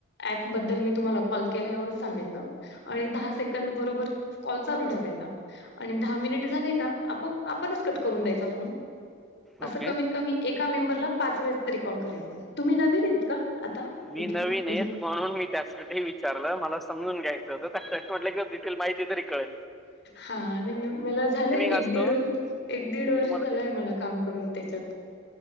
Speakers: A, on the left; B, in the centre.
A: ऍप बद्दल मी तुम्हाला कॉल केला एवढंच सांगायचं. आणि दहा सेकंद बरोबर कॉल चालू ठेवायचा आणि दहा मिनिट झाले का आपो आपणच कट करून द्यायचा फोन असं
B: ओके
A: कमीत कमी एका मेंबरला पाच वेळेस तरी कॉल करायचा तुम्ही नवीन य का आता
B: मी
A: इथे?
B: नवीन
A: म्हणजे
B: येत म्हणून मी त्यासाठी विचारलं मला समजून घ्यायचं म्हटलं क की डिटेल माहिती तरी कळल
A: हा आणि मला झालं
B: असतो
A: एक दीड एक दीड वर्ष
B: तुम्हाला
A: झालाय
B: ते
A: मला काम करून त्याच्यात